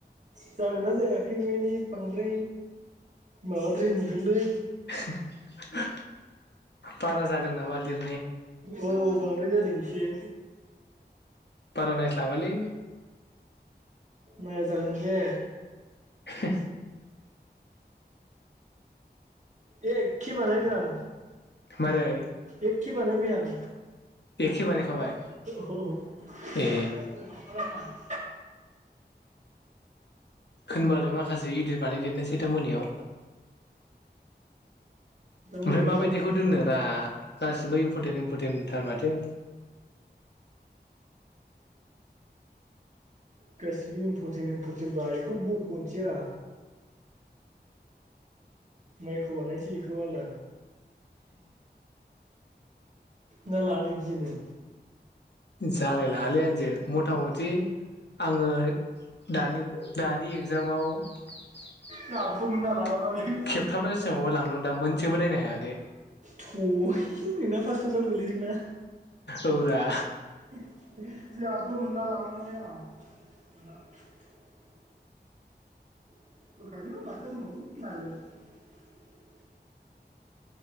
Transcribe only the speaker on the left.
<inaudible> बाराजादों नामा लिर
बारा नायस्लाबा लै
ओ
मारै
एखे बानायखाबाय
ए खोनबालाय मा खासे इदित बानाय देरनोसै दा मोनायाव।
ओमफ्राय माबायदिखौ
दोननो रा गासिबो इम्परटेन्ट इम्परटेन्ट थार माथो
जालाय लाङालै आंजोे मथा मथि आङो दानि दानि एगजामाव खेबथामना
बेसांबा लांदोंदां मोन सेबो नायनो हायाखै
औरा